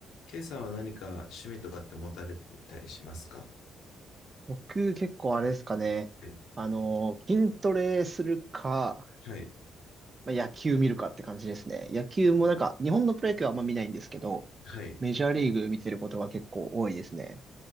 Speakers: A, on the left; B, on the right.
A: ケイさんは何か趣味とかって持たれてたりしますか
B: 僕結構あれですかね。
A: はい
B: あのー、筋トレするか、
A: はい。
B: まあ、野球見るかって感じですね。野球もなんか、日本のプロ野球はあんま見ないんですけど、
A: はい。
B: メジャーリーグ見てることが結構多いですね。